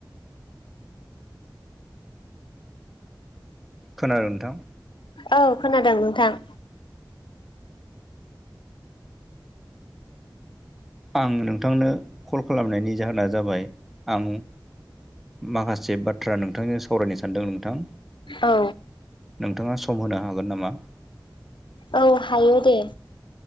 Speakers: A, in the centre; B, on the left.
A: खोनादों नोंथां।
B: औ खोनादों नोंथां।
A: आं नोंथांनो कल खालामनायनि जाहोना जाबाय आं माखासे बाथ्रा नोंथांजों सावरायनो सानदों नोंथां।
B: औ।
A: नोंथाङा सम होनो हागोन नामा?
B: औ हायो दे।